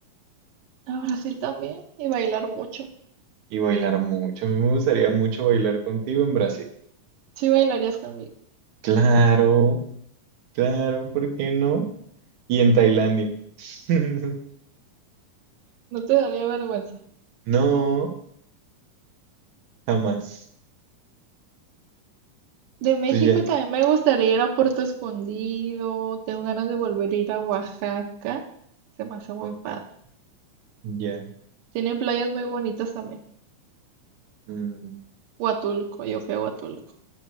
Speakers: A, on the right (about 80°); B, on the right (about 70°).
A: A Brasil también y bailar mucho.
B: Y bailar mucho. A mí me gustaría mucho bailar contigo en Brasil.
A: Sí, bailarías conmigo.
B: Claro, claro, ¿por qué no? Y en Tailandia. <laughs>
A: No te daría vergüenza.
B: No, jamás.
A: De México
B: Pues ya,
A: también me gustaría ir a Puerto Escondido. Tengo ganas de volver a ir a Oaxaca. Se me hace muy
B: Oaxaca,
A: padre.
B: ya.
A: Tienen playas muy bonitas también.
B: Mm,
A: Huatulco, yo fui a Huatulco.